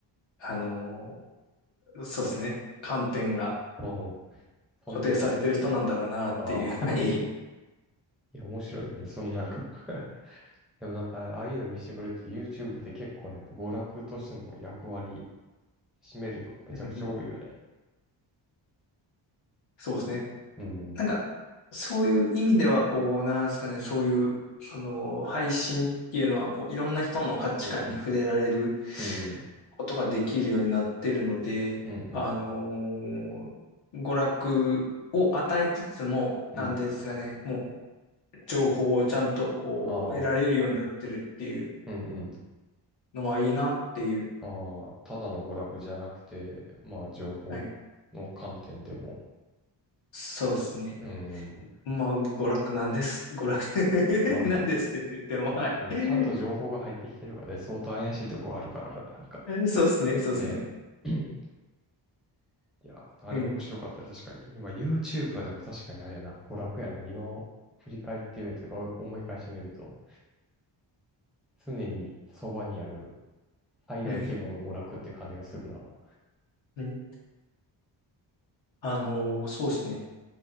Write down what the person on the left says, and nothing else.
あの、そうですね、観点が
固定されてる人なんだろうなっていう、
はい。
うんそうですね。
なんか、
そういう意味では、こう、なんですかね、そういう、その、配信っていうのは、こう、いろんな人の価値観に触れられる
ことができるようになってるので、
あのー娯楽を与えつつも、
なんですがね、もう情報をちゃんとこう得られるようになってるっていう
のはいいなっていう。
はい。そうですね。
まあ、娯楽なんです。娯楽
<laughs> なんですけど、言っても、はい。
そうですね、そうですね。
うん。
はい。うんあのーそうですね。